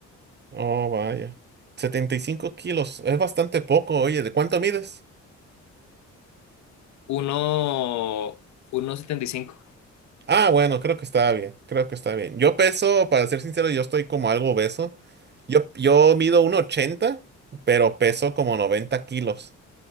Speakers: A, on the right; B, on the left.
A: Oh, vaya. setenta y cinco kilos, es bastante poco, oye, ¿de cuánto mides?
B: Uno, uno setenta y cinco.
A: Ah, bueno, creo que está bien, creo que está bien. Yo peso, para ser sincero, yo estoy como algo obeso. Yo, yo mido uno ochenta, pero peso como 90 kilos.